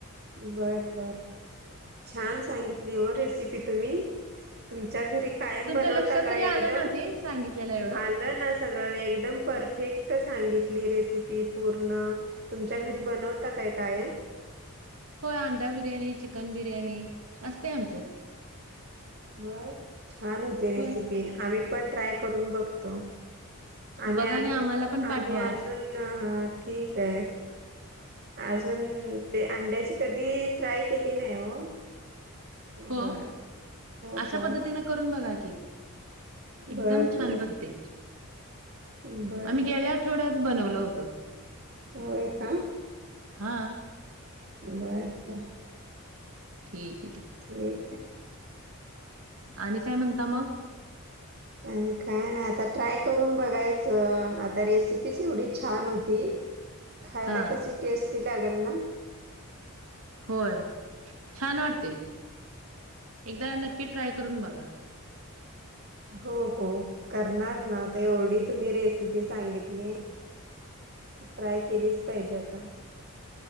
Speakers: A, on the right (about 45°); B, on the right (about 70°).
A: बरं बर छान सांगितली हो रेसिपी तुम्ही तुमच्या घरी. कायम
B: तुमच्या
A: बनवता
B: लक्षात
A: का
B: तरी
A: एकदम?
B: आलं ना ते सांगितलेलं एवढं
A: आलं न सगळं एकदम परफेक्ट सांगितली रेसिपी पूर्ण. तुमच्या घरी बनवता काय काय?
B: हो अंडा बिर्याणी, चिकन बिर्याणी असते आमच्यात.
A: होय छान होते रेसिपी
B: होय
A: आम्ही पण ट्राय करून बघतो. आम्ही
B: बघा
A: अजून,
B: ना आम्हाला पण पाठवा
A: आम्ही अजून ठीक आहे. अजून ते अंड्याची कधी ट्राय केली नाही हो. बर.
B: हो
A: हो
B: अशा
A: हो
B: पद्धतीने करून बघा की. एकदम
A: बर
B: छान
A: बर
B: बनते
A: बर
B: आम्ही गेल्या थोडाच बनवलं होतं.
A: होय का?
B: हा.
A: बर बर.
B: ठीकय.
A: ठीक आहे.
B: आणि काय म्हणता मग?
A: आणि काय नाय आता ट्राय करून बघायचं आता रेसिपी एवढी छान होती खायला
B: हा
A: कशी टेस्टी लागेल ना.
B: होय छान वाटते एकदा नक्की ट्राय करून बघा.
A: हो हो करणार ना आता एवढी तुम्ही रेसिपी सांगितली. त ट्राय केलीच पाहिजे आता.